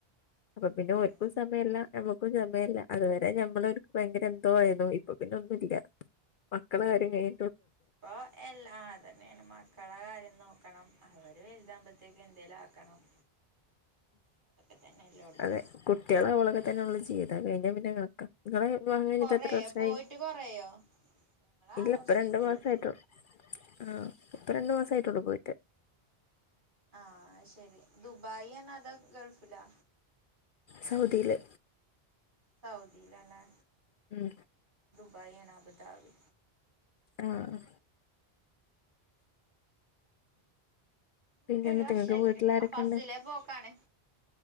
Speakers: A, on the left; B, on the right.
A: അപ്പൊ
B: ശരിയാണ്
A: പിന്നെ ഓര്ക്കും സമയല്ലാ നമ്മു ക്കും സമയല്ല അതുവരെ ഞമ്മളൊര്ക്ക് ഭയങ്കര എന്തോ ആയിര്ന്നു ഇപ്പൊ പിന്നെ ഒന്നുല്ല മക്കള കാര്യം കയി
B: പ്പൊ എല്ലാ അതെന്നെയാണ് മക്കളെ കാര്യം നോക്കണം അവര് വലുതാമ്പത്തേക്ക് എന്തേലും ആക്കണം അതൊക്കെ തന്നെ എല്ലോടത്തും
A: അതെ കുട്യാള് ആവോളൊക്കെ തന്നെ ഉള്ളു ജീവിതം അത് കഴിഞ്ഞ പിന്നെ കണക്കാ ങ്ങള് വിവാഹം കഴിഞ്ഞിട്ട്
B: കൊറേയോ
A: എത്ര വർഷായി
B: പോയിട്ട് കൊറേയോ ഞങ്ങള് ആറ്
A: ഇല്ല
B: വർഷായിട്ടുള്ളൂ
A: ഇപ്പ രണ്ടു മാസായ്ട്ട്ള്ളു ആഹ് ഇപ്പ രണ്ടു മാസായിട്ട്ള്ളു പോയിട്ട്
B: ആഹ് ശെരി ദുബായ് ആണ അതൊ ഗൾഫിലാ
A: സൗദീല്
B: സൗദീലാല്ലെ
A: ഉം
B: ബായാണ് അബുദാബി
A: ആഹ്
B: പോയിട്ട്
A: പിന്നെ
B: ഒരു
A: എന്നിട്ട്
B: വർഷായ്ക്ണ്
A: നിങ്ങക്ക് വീട്ടിലാരൊക്കെണ്ട്
B: <unintelligible> പോക്കാണ്